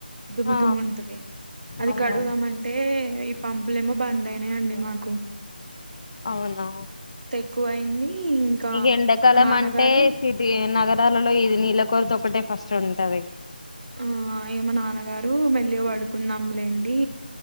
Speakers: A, on the right; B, on the left.
A: దుమ్ము
B: ఆ
A: దుమ్ము ఉంటది అది
B: అవునవును
A: కడుగుదామంటే ఈ పంపులేమో బంద్ అయినయండి మాకు
B: అవునా
A: క్కువ అయింది ఇంకా
B: నీకి ఎండాకాలం
A: మా నాన్నగారు
B: అంటే సిటీ నగ ట్టాలలో ఇది నీళ్ళ కొరిత ఒకటే ఫస్ట్ ఉంటది ఇగ
A: ఆ ఏమో నాన్నగారు మెల్లిగా పడుకుందాంలేండి